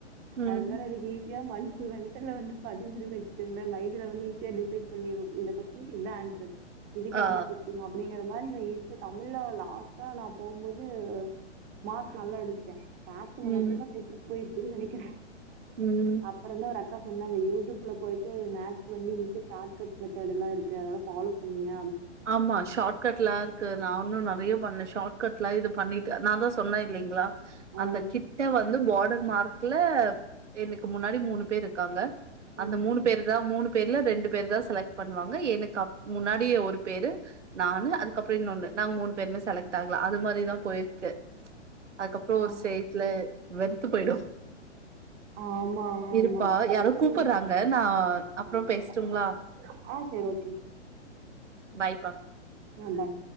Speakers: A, on the right; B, on the right.
A: ம்.
B: அதனால எனக்கு ஈஸி <unintelligible> வந்து பதிஞ்சுதுனு வச்சுக்கங்களே மைண்டல வந்து ஈஸியா டிசைட் பண்ணிரு இந்த கொஸ் இதுக் இது தா ஆன்சர் இதுக்கி
A: ஆ.
B: இதா குடுக்கனு அப்டிங்கற மாரி <unintelligible> தமிழ்ல லாஸ்டா நா போம்போது மார்க்ஸ் நல்லா எடுத்துட்ட மாச
A: ம்.
B: மட்டுதான் போட்ரிக் போயிருச்சுனு நெனக்கிறே
A: ம்
B: அப்ற தா ஒரு அ அக்கா சொன்னாங்க யூடியூப்ல போய்ட்டு மேக்ஸ் வந்து ஈஸியா சால்வ் <unintelligible> மெதட்லா இருக்கு அதல்லா ஃபாலோ பண்ணீங்க
A: ஆமா ஷாட் கட் லா ருக்கு நா ஒன்னு நறையா பண்ணே ஷாட் கட் லாம் இது பண்ணிட்டு நா தா சொன்னெ இல்லீங்களா
B: ஆ.
A: அந்த கிட்ட வந்து பார்டர் மார்க் தில எனக்கு முன்னாடி மூணு பேர் இருக்காங்க அந்த
B: ம்.
A: மூணு பேரு தா மூணுப் பேர்ல ரெண்டு பேர் தா செலக்ட் பண்வாங்க எனக்கு அப் முன்னாடியே ஒரு பேரு நானு அதுகப் அப்டின்னொன்னு நாங்க மூனு பேருமே செலக்ட் ஆகல அது மாரிதா போயிருக்கு அதுக்கப்ரோ ஒரு
B: ஆ
A: சேட்ல வெறுத்து போயிடு
B: ஆமா ஆமா
A: இருப்பா
B: <unintelligible>
A: யாரோ கூப்புட்றாங்க நா அப்புறோ பேசட்டுங்களா
B: ஆ சேர் ஓகே
A: பாய்பா
B: ஆ பாய்.